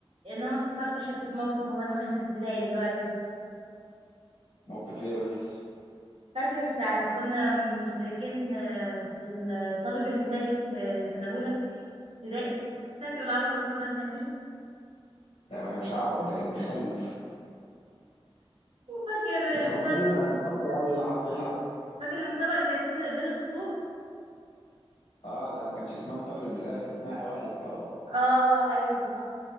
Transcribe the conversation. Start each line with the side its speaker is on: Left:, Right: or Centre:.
Right: ان انا افتكرت حته موقف وان واحنا في ابتدائي دلوقتي
Left: موقف ايه بس
Right: فاكر ساعه ما كنا مشتركين آه، في الطالب المثالي في سنه اولى ابتدائي فاكر العبط اللي كنا بنعمله
Left: ده ما كانش عبط ده كان تخلف
Right: وفاكر
Left: بس
Right: المسابقه
Left: فكريني انا مش فاكر قوي ايه اللي حصل ايه اللي حصل
Right: فاكر المسابقه اللي كانت فين- بين الفصول
Left: اه ده ما كانش اسمها الطالب المثالي كان اسمها اوائل الطلبه
Right: اه ايوه بالظبط